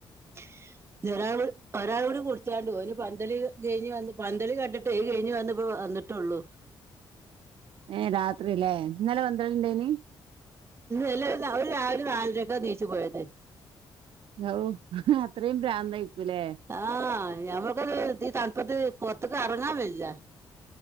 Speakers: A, on the right; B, on the right.
A: <inaudible> ഞ് ഒരാൾ ഒരാളൂടി കുടിച്ചാണ്ട് ഓന് പന്തളി കഴിഞവന്ന് പന്തളി കണ്ടിട്ട് അത് കഴിഞ് വന്നിട്ട് ട്ടൊള്ളു
B: ഏഹ് രാത്രില്ലേ ഇന്നലെ വന്ത്ള്ണ്ടായിനി-
A: അല്ല രാവിലെ നാലരക്കെ നീച്ചു പോയത്-
B: ഔ അത്രയും ഭ്രാന്തയിക്കൂലേ?
A: ആഹ് ഞമ്മക്ക് ഈതണപത്ത് പോറ്തേക്ക്റെങ്ങാ വയ്യ-